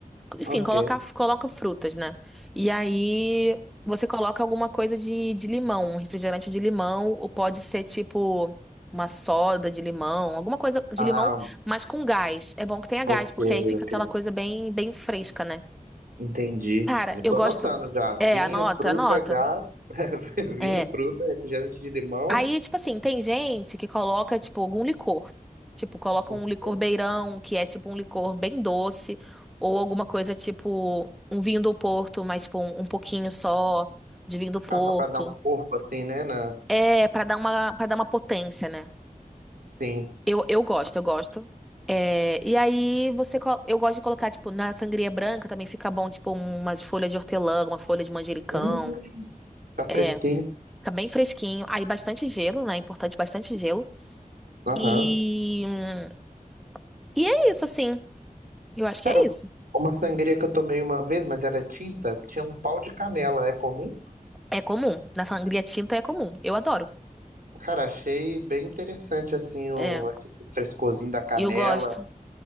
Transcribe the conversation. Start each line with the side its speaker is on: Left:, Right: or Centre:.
Centre: Enfim,
Right: ok.
Centre: coloca, coloca frutas, né? E aí você coloca alguma coisa de, de limão, um refrigerante de limão, ou pode ser tipo uma soda de limão, alguma coisa de
Right: Ah,
Centre: limão, mas com gás. É bom que tenha gás,
Right: ok,
Centre: porque aí fica
Right: ok.
Centre: aquela coisa bem, bem fresca, né?
Right: Entendi.
Centre: Cara,
Right: Já tô
Centre: eu gosto.
Right: anotando já.
Centre: É,
Right: Vinho,
Centre: anota,
Right: fruta,
Centre: anota.
Right: gás. <laughs> Vinho,
Centre: É.
Right: fruta, refrigerante de limão.
Centre: Aí, tipo assim, tem gente que coloca, tipo, algum licor. Tipo, coloca
Right: Ok.
Centre: um licor beirão, que é tipo um licor bem doce, ou alguma coisa tipo um vinho do Porto, mas tipo um, um pouquinho só de vinho do Porto.
Right: Ah, só pra dar um corpo assim, né? Na...
Centre: É, pra dar uma, para dar uma potência, né?
Right: Sim.
Centre: Eu, eu gosto, eu gosto. É, e aí você, co- eu gosto de colocar, tipo, na sangria branca também fica bom, tipo, umas folhas de hortelã, uma folha de manjericão.
Right: Hum, tá
Centre: É,
Right: fresquinho.
Centre: fica bem fresquinho. Aí bastante gelo, né? É Importante bastante gelo.
Right: Aham.
Centre: E hum, E é isso, assim. Eu acho que
Right: Cara,
Centre: é isso.
Right: uma sangria que eu tomei uma vez, mas era tinta, tinha um pau de canela. É comum?
Centre: É comum. Na sangria tinta é comum. Eu adoro.
Right: Cara, achei bem interessante assim o
Centre: É,
Right: aquele frescorzinho da canela.
Centre: eu gosto.